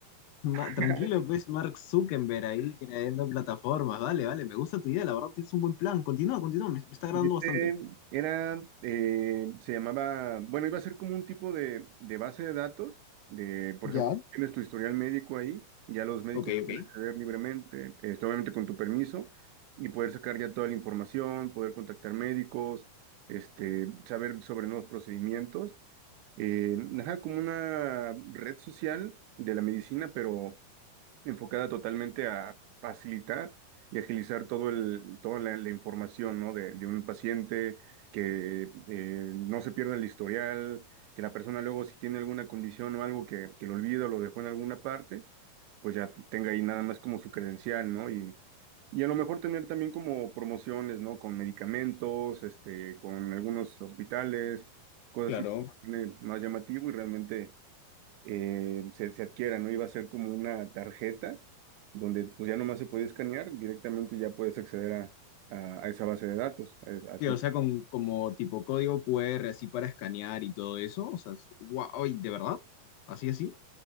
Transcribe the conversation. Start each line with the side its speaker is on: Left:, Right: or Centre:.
Left: Ma-
Right: <laughs>
Left: tranquilo, pues, Mark Zuckerberg ahí creando plataformas. Vale, vale, me gusta tu idea, la verdad tienes un buen plan. Continúa, continúa, me, me está agradando
Right: Y este
Left: bastante.
Right: era, eh, se llamaba, bueno, iba a ser como un tipo de, de base de datos, de, por
Left: Ya,
Right: ejemplo, tienes tu historial médico ahí, ya los médicos
Left: Ok, ok,
Right: pueden acceder libremente, este, obviamente con tu permiso, y poder sacar ya toda la información, poder contactar médicos, este, saber sobre nuevos procedimientos. Eh, ajá, como una red social de la medicina, pero enfocada totalmente a facilitar y agilizar todo el, toda la, la información, ¿no? de, de un paciente, que eh, no se pierda el historial, que la persona luego si tiene alguna condición o algo que, que lo olvida o lo dejó en alguna parte, pues ya tenga ahí nada más como su credencial, ¿no? Y, y a lo mejor tener también como promociones, ¿no? Con medicamentos, este, con algunos hospitales, cosas
Left: claro.
Right: así, eh, más llamativo y realmente eh, se, se adquiera, ¿no? Iba a ser como una tarjeta donde pues ya nomás se podía escanear, directamente ya puedes acceder a, a, a esa base de datos. a- a
Left: Que,
Right: tu-
Left: o sea, con como tipo código QR así para escanear y todo eso. O sea, guau, ay, ¿de verdad? Así, así.